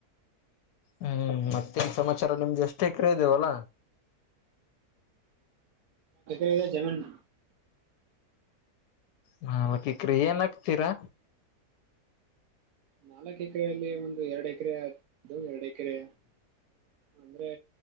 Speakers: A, on the left; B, on the right.
A: ಹ್ಮ್ ಮತ್ತೆನ್ ಸಮಾಚಾರ ನಿಮ್ದ ಎಷ್ಟ ಎಕರೆ ಇದೆ ಹೊಲ
B: ಎ ಜಮೀನ್
A: ನಾಲ್ಕು ಎಕರೆ ಎನ್ ಹಾಕ್ತೀರಾ
B: ನಾಲ್ಕು ಎಕರೆಯಲ್ಲಿ ಒಂದು ಎರಡು ಎಕರೆು ಎರಡು ಎಕರೆ ಅಂದ್ರೆ